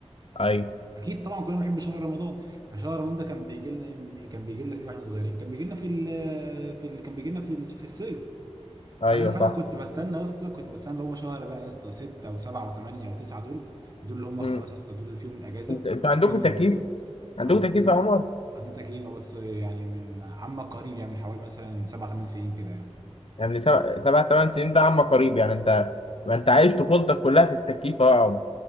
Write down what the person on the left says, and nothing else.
ايوه
ايوه
صح
مم.
انت- انتوا عندكم
تكييف
عندكم
تكييف يا عمر
يعني سبع سبع ثمان سنين ده عم قريب يعني انت ما انت عايش طفولتك كلها في التكييف أهو يا عمر